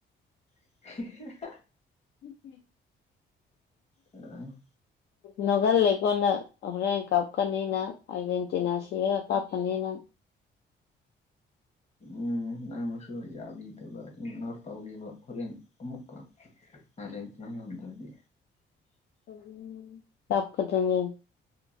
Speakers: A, on the left; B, on the left.
A: <unintelligible>
B: <unintelligible>
A: ꯎꯝ
B: ꯅꯣꯚꯦꯜ ꯂꯩꯀꯣ ꯅꯪ ꯍꯣꯔꯦꯟ ꯀꯥꯞꯀꯅꯤ ꯅꯪ ꯑꯔꯖꯦꯟꯇꯤꯅꯥ ꯁꯤꯌꯦ ꯀꯥꯞꯀꯅꯤ ꯅꯪ
A: ꯎꯝ ꯅꯪꯅꯁꯨ ꯌꯥꯕꯤꯗꯕ ꯏꯔ ꯇꯧꯕ ꯍꯣꯔꯦꯟ ꯑꯃꯨꯛꯀ ꯑꯔꯖꯦꯟꯇꯤꯅꯥ ꯉꯝꯗꯔꯗꯤ
B: <unintelligible> ꯇꯥꯛꯀꯗꯨꯅꯦ